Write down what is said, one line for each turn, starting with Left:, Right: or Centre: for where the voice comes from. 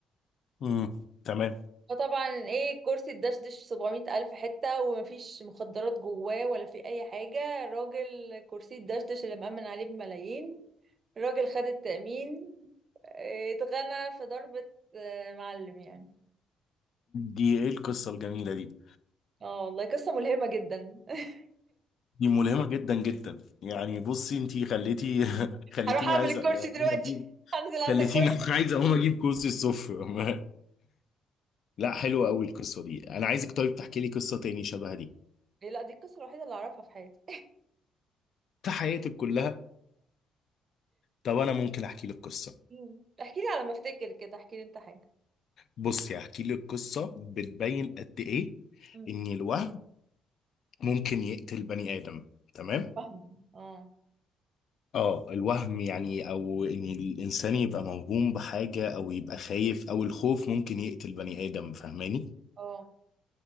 Left: امم تمام
Right: فطبعا ايه الكرسي اتدشدش 700 ألف حتة ومفيش مخدرات جواه ولا في أي حاجة الراجل كرسي اتدشدش اللي مأمن عليه بملايين الراجل خد التأمين إيه، اتغنى في ضربة آه، معلم يعني
Left: دي ايه القصة الجميلة دي
Right: اه والله قصة ملهمة جدا <laughs>
Left: دي ملهمة جدا جدا يعني بصي انتي خليتي <laughs> خليتيني
Right: هروح أعمل
Left: عايز
Right: الكرسي
Left: اقوم
Right: دلوقتي
Left: اجيب
Right: <laughs> هنزل
Left: خليتيني
Right: عندك كرسي
Left: <laughs> عايز اقوم اجيب كوز الصفر <laughs> لا حلوة قوي القصة دي انا عايزك طيب تحكي لي قصة تاني شبه دي
Right: إيه، لا دي القصة الوحيدة اللي أعرفها في حياتي
Left: في حياتك كلها طب انا ممكن احكي لك قصة
Right: <laughs> احكي لي على ما افتكر كده احكي لي انت حاجة
Left: بصي هحكي لك قصة بتبين قد ايه
Right: مم.
Left: ان الوهم ممكن يقتل بني ادم تمام
Right: فاهمة اه
Left: اه الوهم يعني او ان الانسان يبقى موهوم بحاجة او يبقى خايف او الخوف ممكن يقتل بني ادم فاهماني
Right: اه